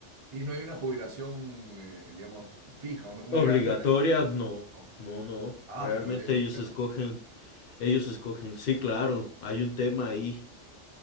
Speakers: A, on the right (about 35°); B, on the left (about 60°).
A: Y no hay una jubilación, eh, digamos, fija, una, una
B: Obligatorias,
A: edad fija.
B: no,
A: No.
B: no, no.
A: Ah,
B: Realmente
A: pero ya hay un
B: ellos
A: tema.
B: escogen, ellos escogen. Sí, claro, hay un tema ahí.